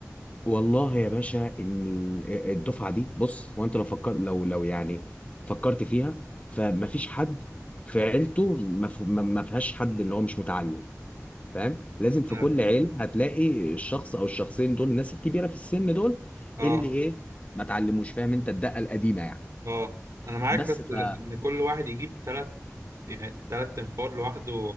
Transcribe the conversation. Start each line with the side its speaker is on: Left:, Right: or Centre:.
Left: والله يا باشا ان ال- الدفعه دي بص هو انت لو فكر لو لو يعني فكرت فيها فمفيش حد في عيلته ما ف- ما- ما فيهاش حد اللي هو مش متعلم فاهم لازم في
Right: <laughs>
Left: كل عيله هتلاقي الشخص او الشخصين دول الناس الكبيره في السن دول
Right: اه
Left: اللي ايه ما اتعلموش فاهم انت الدقه القديمه يعني
Right: اه انا معاك
Left: بس
Right: بس
Left: فهي
Right: ان كل واحد يجيب تلات يعني تلات تنفار لوحده